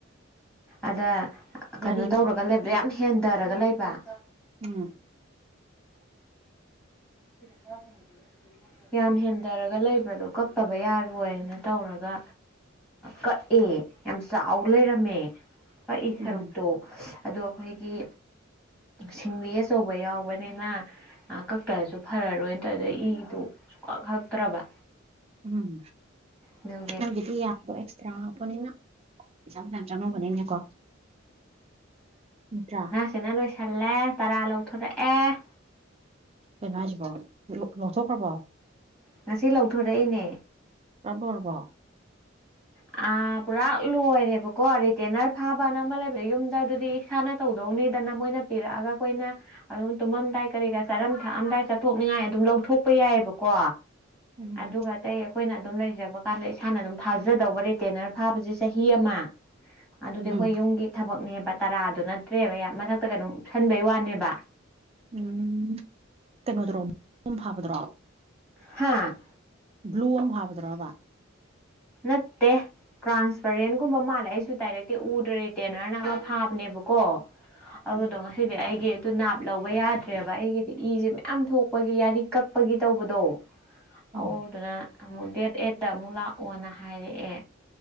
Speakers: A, in the centre; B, on the right.
A: ꯑꯗ ꯀꯩꯅꯣ
B: ꯌꯥꯔꯤꯌꯨ
A: ꯇꯧꯔꯒ ꯂꯩꯕꯗꯣ ꯌꯥꯝ ꯍꯦꯟꯗꯔꯒ ꯂꯩꯕ꯫ <unintelligible>
B: ꯎꯝ
A: <unintelligible> ꯌꯥꯝ ꯍꯦꯟꯗꯔꯒ ꯂꯩꯕ꯭ꯔꯥꯗꯣ ꯀꯛ ꯇꯕ ꯌꯥꯔꯣꯏꯅ ꯇꯧꯔꯒ ꯀꯛꯑꯦ ꯌꯥꯝ ꯆꯥꯎ ꯂꯩꯔꯝꯃꯦ꯫ ꯀꯛꯏ ꯁꯔꯨꯛꯇꯣ
B: ꯎꯝ
A: ꯑꯗꯣ ꯑꯩꯈꯣꯏꯒꯤ ꯁꯤꯡꯋꯦ ꯑꯆꯧꯕ ꯌꯥꯎꯕꯅꯤꯅ ꯀꯛꯇ꯭ꯔꯁꯨ ꯐꯔꯔꯣꯏꯅ ꯇꯗ ꯏꯗꯣ ꯁꯨꯡꯈꯛ ꯈꯛꯇ꯭ꯔꯕ꯫
B: ꯎꯝ
A: ꯑꯗꯨꯒꯤ
B: ꯅꯪꯒꯤꯗꯤ ꯌꯥꯗꯣ ꯑꯦꯛꯁꯇ꯭ꯔꯥ ꯍꯥꯞꯄꯅꯤꯅ꯫ ꯄꯩꯁꯥ ꯐꯅꯥꯝ ꯆꯪꯉꯧꯝꯒꯅꯤꯅꯦꯀꯣ ꯅꯠꯇ꯭ꯔꯥ?
A: <unintelligible> ꯂꯣꯏꯁꯤꯜꯂꯦ ꯇꯔꯥ ꯂꯧꯊꯣꯔꯛꯑꯦ꯫
B: ꯀꯩꯅꯣ ꯍꯥꯏꯁꯤꯕꯣ ꯂꯣꯛꯊꯣꯛꯈ꯭ꯔꯕꯣ?
A: ꯉꯁꯤ ꯂꯧꯊꯣꯔꯛꯏꯅꯦ꯫
B: <unintelligible>
A: ꯑ ꯄꯨꯔꯥꯛ ꯂꯣꯏꯔꯦꯕꯀꯣ ꯔꯤꯇꯦꯅꯔ ꯐꯥꯕ ꯕꯅ ꯑꯃ ꯂꯩꯕ ꯌꯨꯝꯗ ꯑꯗꯨꯗꯤ ꯏꯁꯥꯅ ꯇꯧꯗꯧꯅꯤꯗꯅ ꯃꯣꯏꯅ ꯄꯤꯔꯛꯑꯒ ꯑꯩꯈꯣꯏꯅ ꯑꯗꯨꯝ ꯇꯨꯝꯃꯝꯗꯥꯏ ꯀꯔꯤ ꯀꯥꯔꯥ ꯃꯔꯝ ꯊꯛꯑꯝꯗꯥꯏ ꯆꯥꯊꯣꯛꯅꯤꯡꯉꯥꯏ ꯑꯗꯨꯝ ꯂꯧꯊꯣꯛꯄ ꯌꯥꯏꯕꯀꯣ
B: ꯎꯝ
A: ꯑꯗꯨꯒ ꯑꯇꯩ ꯑꯩꯈꯣꯏꯅ ꯑꯗꯨꯝ ꯂꯩꯖꯕ ꯀꯥꯟꯗ ꯏꯁꯥꯅ ꯑꯗꯨꯝ ꯊꯥꯖꯗꯧ ꯔꯤꯇꯦꯅꯔ ꯐꯥꯕꯖꯦ ꯆꯍꯤ ꯑꯃ ꯑꯗꯨꯗꯤ
B: ꯎꯝ
A: ꯑꯩꯈꯣꯏ ꯌꯨꯝꯒꯤ ꯊꯕꯛꯅꯦꯕ ꯇꯔꯥꯗꯣ ꯅꯠꯇ꯭ꯔꯦꯕ <unintelligible> ꯃꯊꯛꯇ ꯀꯩꯅꯣꯝ ꯎꯞꯁꯟꯕꯩ ꯋꯥꯅꯦꯕ
B: ꯎꯝ ꯀꯩꯅꯣꯗꯔꯣ <unintelligible> ꯐꯥꯕꯗ꯭ꯔꯣ
A: ꯍꯥ
B: ꯒꯂꯣ ꯑꯃ ꯐꯥꯕꯗ꯭ꯔꯣꯕ
A: ꯅꯠꯇꯦ ꯇ꯭ꯔꯥꯟꯁꯄꯔꯦꯟꯒꯨꯝꯕ ꯃꯥꯜꯂꯦ ꯑꯩꯁꯨ ꯗꯥꯏꯔꯦꯛꯇꯤ ꯎꯗ꯭ꯔꯤ ꯇꯦꯅꯔꯅ ꯑꯃ ꯐꯥꯕꯅꯦꯕꯀꯣ
B: <inaudible>
A: ꯑꯗꯨꯗꯣ ꯉꯁꯤꯗꯤ ꯑꯩꯒꯤ ꯑꯗꯨ ꯅꯥꯞ ꯂꯧꯕ ꯌꯥꯗ꯭ꯔꯦꯕ ꯑꯩꯒꯤꯗꯤ ꯏꯖꯦ ꯌꯥꯝ ꯊꯣꯛꯄꯒꯤ ꯌꯥꯔꯤ ꯀꯛꯄꯒꯤ ꯇꯧꯕꯗꯣ
B: ꯑꯧ
A: ꯑꯗꯨꯗꯨꯅ ꯑꯃꯨꯛ ꯗꯦꯠ ꯑꯩꯠꯇ ꯑꯃꯨꯛ ꯂꯥꯛꯑꯣꯅ ꯍꯥꯏꯔꯛꯑꯦ